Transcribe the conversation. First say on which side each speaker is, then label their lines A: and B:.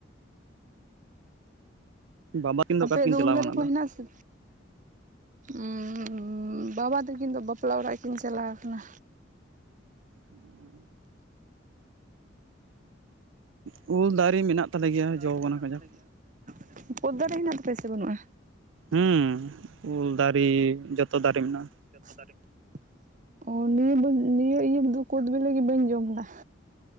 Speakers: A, on the right; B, on the right.
A: ᱵᱟᱵᱟ ᱠᱤᱱ
B: ᱟᱯᱮᱭᱟᱜ
A: ᱚᱠᱟ ᱛᱮᱠᱤᱱ
B: ᱫᱚ
A: ᱪᱟᱞᱟᱣ
B: ᱩᱞ ᱫᱟᱨᱮ
A: ᱠᱟᱱᱟ
B: ᱠᱚ
A: ᱟᱫᱚ
B: ᱦᱮᱱᱟᱜ ᱟᱥᱮ? ᱩᱸ ᱵᱟᱵᱟ ᱛᱟᱹᱠᱤᱱ ᱫᱚ ᱵᱟᱯᱞᱟ ᱚᱲᱟᱜ ᱠᱤᱱ ᱪᱟᱞᱟᱣ ᱟᱠᱟᱱᱟ᱾
A: ᱦᱩᱸ <unintelligible> ᱩᱞ ᱫᱟᱨᱮ ᱢᱮᱱᱟᱜ ᱛᱟᱞᱮ ᱜᱮᱭᱟ
B: ᱹᱹᱹᱹᱹ <unintelligible>
A: ᱡᱚ ᱠᱟᱱᱟ ᱠᱟᱡᱟᱠ
B: ᱠᱚᱫ ᱫᱟᱨᱮ ᱢᱮᱱᱟᱜ ᱛᱟᱯᱮᱭᱟ ᱥᱮ ᱵᱟᱹᱱᱩᱜᱼᱟ?
A: ᱦᱩᱸ ᱩᱞ ᱫᱟᱨᱮ ᱡᱚᱛᱚ ᱫᱟᱨᱮ ᱢᱮᱱᱟᱜᱼᱟ᱾
B: <unintelligible> ᱚ ᱱᱤᱭᱟᱹ ᱫᱚ ᱱᱤᱭᱟᱹ ᱤᱭᱟᱹᱫᱚ ᱠᱳᱫ ᱵᱤᱞᱤ ᱵᱟᱹᱧ ᱡᱚᱢ ᱫᱟᱹ᱾